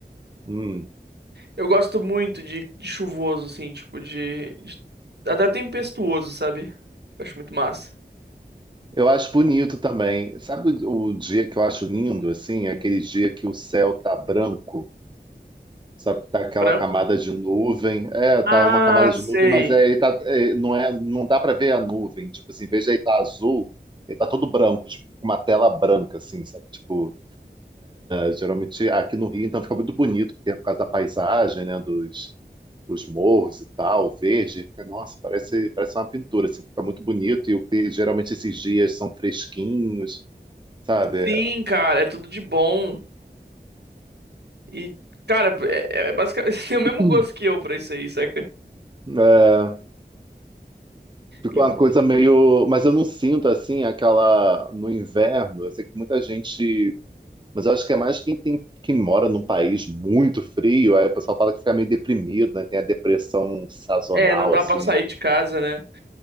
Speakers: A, on the right; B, on the right.
A: Hum.
B: Eu gosto muito de, de chuvoso, assim, tipo de, de. Até tempestuoso, sabe? Eu acho muito massa.
A: Eu acho bonito também. Sabe o o dia que eu acho lindo, assim? É aquele dia que o céu tá branco, sabe? Tá aquela
B: Branco?
A: camada de nuvem. É,
B: Ah,
A: tá uma camada de
B: sei.
A: nuvem, mas aí tá, é, não é, não dá pra ver a nuvem. Tipo assim, em vez de aí tá azul, ele tá todo branco, tipo, com uma tela branca, assim, sabe? Tipo, Geralmente aqui no Rio, então fica muito bonito, porque é por causa da paisagem, né, dos, dos morros e tal, verde, fica, nossa, parece, parece uma pintura, assim, fica muito bonito, e o que geralmente esses dias são fresquinhos, sabe?
B: Sim, cara, é tudo de bom. E, cara, é, é basicamente <laughs> tem o mesmo
A: Hum.
B: gosto que eu pra isso aí, saca?
A: É, fica
B: Inclu-
A: uma coisa meio. Mas eu não sinto assim aquela. No inverno, eu sei que muita gente. Mas eu acho que é mais quem tem quem mora num país muito frio, aí o pessoal fala que fica meio deprimido, né? Tem a depressão sazonal,
B: É, não dá
A: assim,
B: pra sair
A: né?
B: de casa, né?